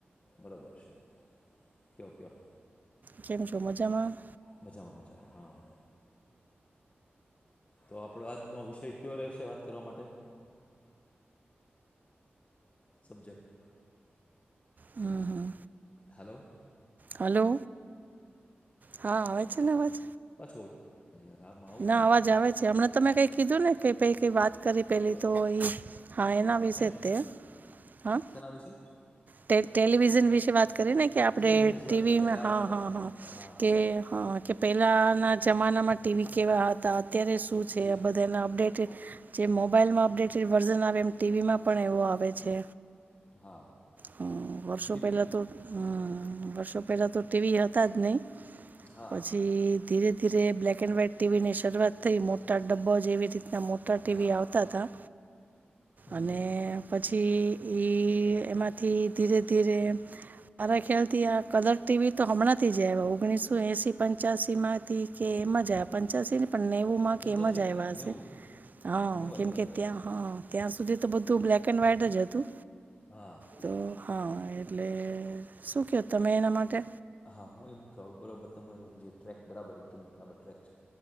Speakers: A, on the left; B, on the right.
A: બરોબર છે. કયો ક્યો
B: કેમ છો? મજામાં?
A: મજામાં. મજામાં. હા. તો આપડો આજનો વિષય ક્યો રહેશે વાત કરવા માટે? સબજેક્ટ.
B: હમ્મ હમ્મ
A: હાલો
B: હલો. હા આવે છે ને અવાજ.
A: પાછો યાર આમાં આવું
B: ના
A: કેમ
B: અવાજ
A: થાય
B: આવે છે. હમણાં તમે કંઈ કીધું ને. કે પઈ કે વાત. કરી પેલી
A: બોલો
B: તો ઈ. હા એના વિશે
A: હે
B: જ તે. હાન?
A: શેના વિશે
B: ટે ટેલીવિઝન વિશે વાત કરીને કે આપડે
A: ટેલિવિઝન વિશે
B: ટીવી
A: વાત કરીએ
B: મે
A: રાઈટ
B: હાં
A: રાઈટ
B: હાં હાં
A: હા હા
B: કે
A: હા
B: હાં કે પહેલાંના જમાનામાં ટીવી કેવા હતા અત્યારે શું છે
A: જી
B: આ બધાના અપડેટ જે મોબાઈલમાં અપડેટેડ વર્ઝન આવે એમ ટીવીમાં પણ એવો આવે છે
A: હા
B: હ વર્ષો
A: ટીવી
B: પહેલા તો હમ વર્ષો પહેલા તો ટીવી હતા જ નહી
A: હા
B: પછી ધીરે ધીરે બ્લેક એન્ડ વ્હાઈટ ટીવી ની શરૂઆત થઈ મોટા ડબ્બા જેવી રીતના મોટા ટીવી
A: હા
B: આવતા હતા
A: હમ
B: અને પછી ઈ એમાંથી ધીરે ધીરે મારા ખ્યાલ થી આ કલર ટીવી તો હમણાં થી જ ઓગણીસો એસી પંચસી માંથી કે એમ જ આપ પંચશી નેવું માં
A: પંચ્યાસી
B: કે એમ જ આવ
A: નહીં
B: હસે
A: નેવું
B: હ
A: નેવું
B: કેમકે
A: આજુબાજુ આવ્યા
B: ત્યાં હ ત્યાં સુધી તો બધું બ્લેક એન્ડ વ્હાઈટ જ હતું
A: હા
B: તો હા એટલે શું કહેો તમે એના માટે
A: હા હું એમ કઉ બરાબર તમાર જે ટ્રેક બરાબરમ બબર ટ્રેક